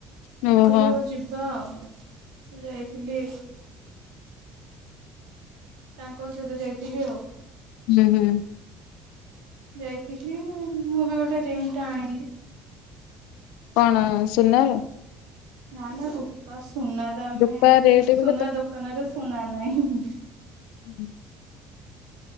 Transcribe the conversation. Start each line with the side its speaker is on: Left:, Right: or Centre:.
Left: ହୁଁ ଓହୋ।
Right: ଗଲ ହଉ ଯିବା। ମୁଁ ଯାଇଥିଲି। ତାଙ୍କ ସହିତ ଯାଇଥିଲି ଆଉ।
Left: ହୁଁ ହୁଁ।
Right: ଯାଇଥିଲି ମୁଁ ବି ଗୋଟେ ରେଜ ଟା ଆଣିଲି
Left: କଣ ସୁନାରୁ
Right: ନାନେ ର ସୁନା ତ ଆମେ
Left: ରୂପା ରେଟ୍ ଏବେ
Right: ସୁନା ଦୋକାନରେ ସୁନାାନ ନାଇଁ
Left: ହଁ